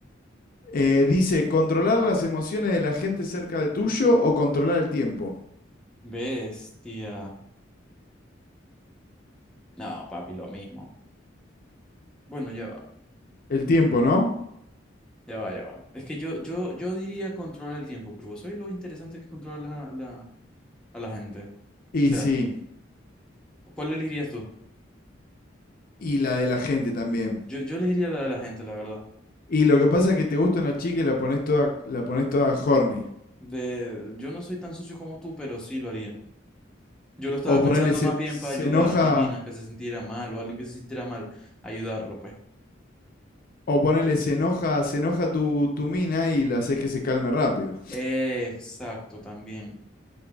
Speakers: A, on the left (about 50°); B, in the centre.
A: Eh, dice, ¿controlar las emociones de la gente cerca de tuyo o controlar el tiempo?
B: Bestia. No, papi, lo mismo. Bueno, ya va.
A: El tiempo, ¿no?
B: Ya va, ya va. Es que yo, yo, yo diría controlar el tiempo, pero vos sabés lo interesante que es controlar la, la- a la gente. O
A: Y
B: sea,
A: sí,
B: ¿cuál elegirías tú?
A: y la de la gente también.
B: Yo, yo elegiría la de la gente, la verdad.
A: Y lo que pasa es que te gusta una chica y la pones toda, la pones toda horny.
B: De, yo no soy tan sucio como tú, pero sí lo haría. Yo lo estaba
A: O
B: pensando
A: ponerle se,
B: más bien
A: se
B: para ayudar
A: enoja,
B: a mi mina que se sintiera mal o a alguien que se sintiera mal, ayudarlo, pues.
A: o ponerle se enoja, se enoja tu, tu mina y la haces que se calme rápido.
B: Exacto, también.